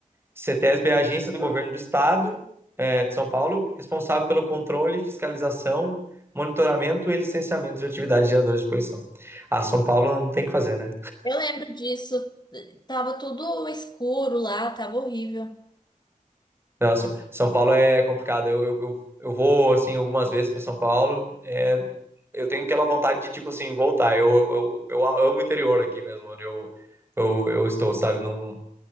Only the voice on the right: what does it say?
CETESB é a agência do governo do estado é, de São Paulo, responsável pelo controle, fiscalização, monitoramento e licenciamento de atividades de geradores de poluição. Ah, São Paulo não tem o que fazer, né?
Não, São, São Paulo é complicado. Eu, eu, eu, eu vou, assim, algumas vezes para São Paulo. É, eu tenho aquela vontade de, tipo assim, voltar. Eu, eu, eu amo o interior aqui mesmo, onde eu, eu, eu estou, sabe? Não,